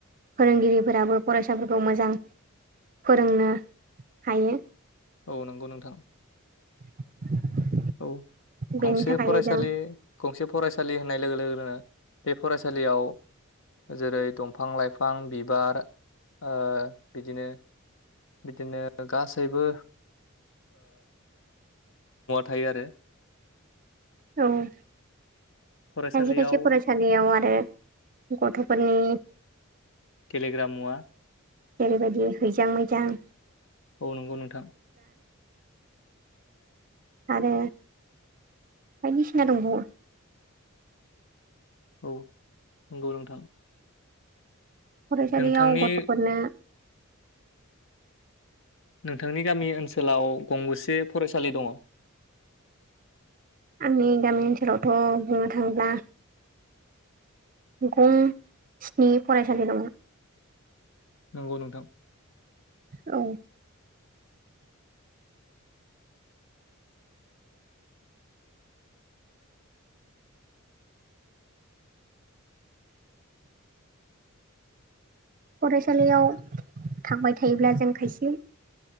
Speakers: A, on the right (about 40°); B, on the left (about 60°).
A: फोरोंगिरि फोराबो फरायसाफोरखौ मोजां फोरोंनो हायो।
B: औ नंगौ नोंथां
A: <inaudible>
B: औ
A: बेनि
B: गंसे
A: थाखायनो
B: फरायसालि
A: जों
B: गंसे फरायसालि होननाय लोगो लोगोनो बे फरायसालियाव जेरै दंफां लाइफां बिबार ओ बिदिनो बिदिनो गासैबो थायो आरो
A: औ खायसे
B: फरायसालियाव
A: खायसे फरायसालियाव आरो गथ'फोरनि
B: गेलेग्रा मुवा
A: जेरैबायदि हैैजां मैजां
B: औ नंगौ नोंथां।
A: आरो बायदिसिना दंबावो
B: औ नंगौ नोंथां
A: फरायसालियाव
B: नोंथांनि
A: गथ'फोरनो
B: नोंथांनि गामि ओनसोलाव गंबेसे फरायसालि दङ
A: आंनि गामि ओनसोलावथ' बुंनो थाङोब्ला गं स्नि फरायसालि दं।
B: नंगौ नोंथां।
A: औ फरायसालियाव थांबाय थायोब्ला जों खायसे